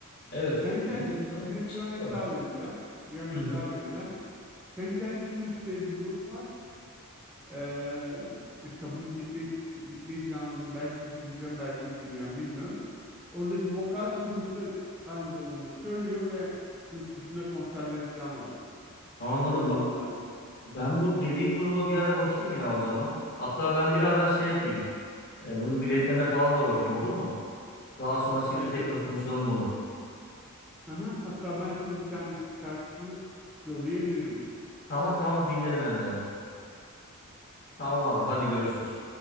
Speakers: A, on the left; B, in the centre.
A: evet
B: Sentence
A: değil de o
B: bir de bir
A: çıkıyor.
B: örnek daha vereceğim. Bir örnek
A: Hı hı.
B: daha vereceğim. Sentence Sinners diye bir grup var. Ee, mesela bugün gitmeyi gitmeyi planladım. Belki gideceğim, belki gitmeyeceğim bilmiyorum. Oradaki vokal o grupta aynı zamanda söylüyor ve yurt dışında konserleri falan var.
A: Anladım.
B: Adamların
A: Bak
B: verdiği.
A: ben bu dediğin gruba bir ara bakayım ya o zaman. Hatta ben birazdan şey yapayım. E, bunun biletlerine falan da bakayım olur mu? Daha sonra seninle
B: Evet
A: tekrar
B: evet.
A: konuşalım bunu.
B: Aha, hatta ben sana bir tane şarkısını yollayabilirim.
A: Tamam tamam dinlerim hem de ben. Tamam abi hadi görüşürüz.